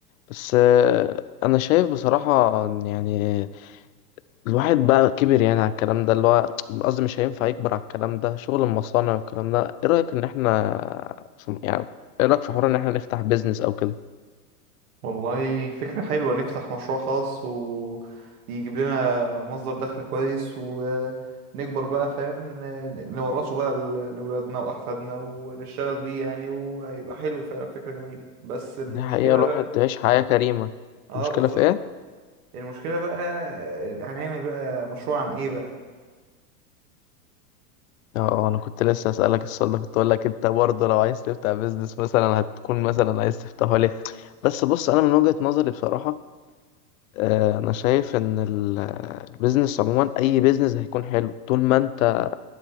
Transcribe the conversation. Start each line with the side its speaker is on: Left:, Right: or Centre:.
Left: بس آه، انا شايف بصراحة ان يعني الواحد بقى كبر يعني على الكلام ده اللي هو قصدي مش هينفع يكبر على الكلام ده شغل المصانع والكلام ده ايه رأيك ان احنا في- يعني ايه رأيك في حوار ان احنا نفتح بيزنس او كده
Right: والله فكرة حلوة نفتح مشروع خاص ويجيب لنا مصدر دخل كويس ونكبر بقى فاهم ن- نورثه بقى ل- لأولادنا وأحفادنا ونشتغل بيه يعني وهيبقى حلو فعلا فكرة جميلة بس المشكلة
Left: دي حقيقة الواحد
Right: بقى
Left: عيش حياة كريمة
Right: اه
Left: المشكلة
Right: بالظبط
Left: في ايه؟
Right: المشكلة بقى آه، هنعمل بقى مشروع عن ايه بقى
Left: اه انا كنت لسه اسألك السؤال ده كنت اقول لك انت برضه لو عايز تفتح بيزنس مثلا هتكون مثلا عايز تفتحه ليه بس بص انا من وجهة نظري بصراحة آه، انا شايف ان ال- البيزنس عموما اي بيزنس هيكون حلو طول ما انت